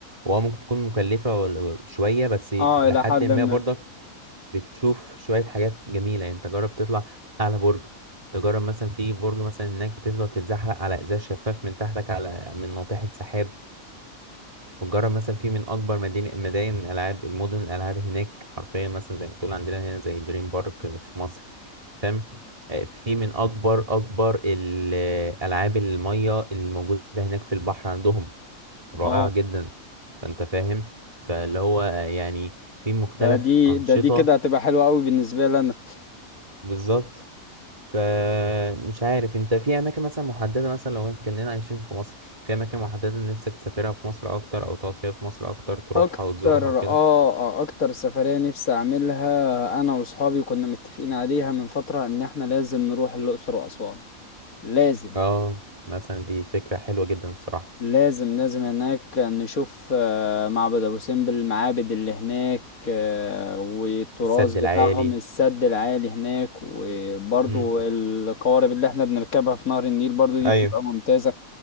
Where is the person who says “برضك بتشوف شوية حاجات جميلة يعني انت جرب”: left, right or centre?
Right